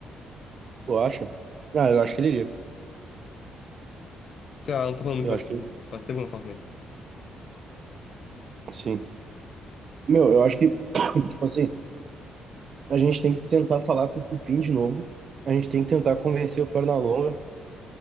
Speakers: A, on the right; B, on the left.
A: Tu acha? Ah, eu acho que ele iria.
B: Sei lá, não tô falando muito
A: Eu
B: mais
A: acho
B: com
A: que
B: ele. Faz tempo que eu não falo com ele.
A: sim. Meu, eu acho que, <coughs> <clears throat> tipo assim, a gente tem que tentar falar com o Cupim de novo. A gente tem que tentar convencer o Pernalonga.